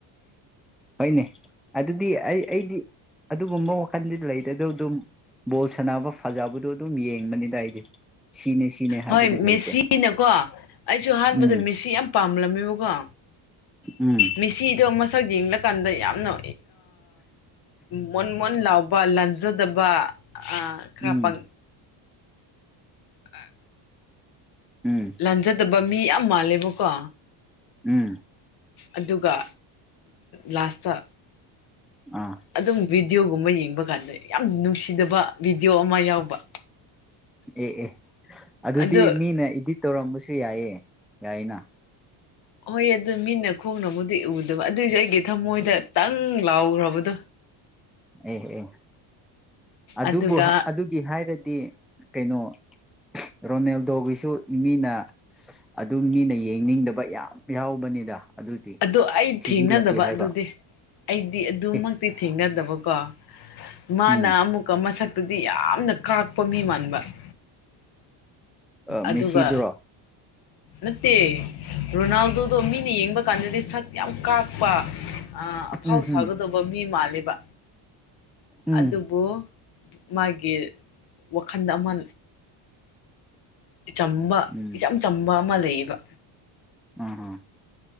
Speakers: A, in the centre; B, on the left.
A: ꯍꯅꯦ ꯑꯗꯨꯗꯤ ꯑꯩ ꯑꯩꯗꯤ ꯑꯗꯨꯒꯨꯝꯕ ꯋꯥꯈꯜꯗꯤ ꯂꯩꯔꯦ ꯑꯗꯨ ꯑꯗꯨꯝ ꯕꯣꯜ ꯁꯥꯟꯅꯕ ꯐꯖꯕꯗꯣ ꯑꯗꯨꯝ ꯌꯦꯡꯕꯅꯤꯗ ꯑꯩꯗꯤ ꯁꯤꯅꯦ ꯁꯤꯅꯦ ꯍꯥꯏꯕꯗꯤ
B: ꯍꯣꯏ
A: ꯂꯩꯇꯦ
B: ꯃꯦꯁꯤꯅꯀꯣ ꯑꯩꯁꯨ ꯑꯍꯥꯟꯕꯗ
A: ꯎꯝ
B: ꯃꯦꯁꯤ ꯌꯥꯝ ꯄꯥꯝꯂꯝꯃꯦꯕꯀꯣ
A: ꯎꯝ
B: ꯃꯤꯦꯁꯤꯗꯣ ꯃꯁꯛ ꯌꯦꯡꯂꯀꯥꯟꯗ ꯌꯥꯝꯅ ꯃꯨꯟ ꯃꯣꯟ ꯂꯥꯎꯕ ꯂꯟꯖꯠ ꯗꯕꯥ ꯀꯄꯪ
A: ꯎꯝ
B: ꯑ
A: ꯎꯝ
B: ꯂꯖꯗ ꯕ ꯃꯤ ꯌꯥꯝ ꯃꯥꯜꯂꯦꯕꯀꯣ
A: ꯎꯝ
B: ꯑꯗꯨꯒ ꯂꯥꯁꯇ
A: ꯑꯥ
B: ꯑꯗꯨꯝ ꯋ ꯚꯗꯤꯑꯣꯒꯨꯝꯕ ꯌꯦꯡꯕ ꯀꯥꯟꯗ ꯌꯥꯝ ꯅꯨꯡꯁꯤꯗꯕ ꯑꯣ ꯑꯃ ꯌꯥꯎꯕ
A: ꯑꯦ ꯑꯦ ꯑꯗꯨꯗꯤ
B: ꯑꯗꯣ
A: ꯃꯤꯅ ꯏꯗꯤꯠ ꯇꯧꯔꯝꯕꯁꯨ ꯌꯥꯏꯌꯦ ꯌꯥꯏꯅ
B: ꯍꯣꯏ ꯑꯗꯨ ꯃꯤꯅ ꯈꯣꯡꯅꯕꯨꯨꯗꯤ ꯎꯗꯕ ꯑꯗꯨꯑꯣꯏꯁꯨ ꯑꯩꯒꯤ ꯊꯃꯣꯏꯗꯇꯪ ꯂꯥꯎꯈ꯭ꯔꯕꯗꯣ
A: ꯑꯦꯍ ꯑꯦ ꯑꯗꯨꯕꯨ
B: ꯑꯗꯨꯒ
A: ꯑꯗꯨꯒꯤ ꯍꯥꯏꯔꯗꯤ ꯀꯩꯅꯣ ꯔꯣꯅꯦꯜꯗꯣꯒꯤꯁꯨ ꯃꯤꯅ ꯑꯗꯨꯝ ꯃꯤꯅ ꯌꯦꯡꯅꯤꯡꯗꯕ ꯌꯥꯝ ꯌꯥꯎꯕꯅꯤꯗ ꯑꯗꯨꯗꯤ
B: ꯑꯗ ꯑꯩ
A: ꯊꯤꯖꯤꯜꯂꯒꯦ
B: ꯊꯦꯡꯅꯗꯕ
A: ꯍꯥꯏꯕ
B: ꯑꯗꯨꯗꯤ ꯑꯩ ꯗꯤ ꯑꯗꯨꯃꯛꯇꯤ
A: ꯑꯦ
B: ꯊꯦꯡꯅꯗꯕꯀꯣ ꯃꯥꯅ
A: ꯎꯝ
B: ꯑꯃꯨꯀ ꯃꯁꯛ ꯑꯗꯨꯗꯤ ꯌꯥꯝꯅ ꯀꯥꯛꯄ ꯃꯤ ꯃꯥꯟꯕ <unintelligible>
A: ꯑ
B: ꯑꯗꯨꯒ
A: ꯃꯦꯁꯤꯗꯨ꯭ꯔꯣ
B: ꯅꯠꯇꯦ ꯔꯣꯅꯥꯜꯗꯣꯗꯣ ꯃꯤꯅ ꯌꯦꯡꯕ ꯀꯥꯟꯅꯗꯦ ꯁꯛ ꯌꯥꯝ ꯀꯥꯛꯄ ꯑꯥ ꯑꯐꯥꯎ
A: ꯎꯝ ꯎꯝ
B: ꯁꯥꯒꯗꯧꯕ ꯃꯤ ꯃꯜꯂꯦꯕ
A: ꯎꯝ
B: ꯑꯗꯨꯕꯨ__ ꯃꯒꯤ ꯋꯥꯈꯟ ꯑꯃ__ ꯏꯆꯥꯝꯕ
A: ꯎꯝ
B: ꯏꯆꯥꯝ ꯆꯥꯝꯕ __ ꯃ ꯂꯩꯌꯦꯕ
A: ꯏꯝ ꯍꯝ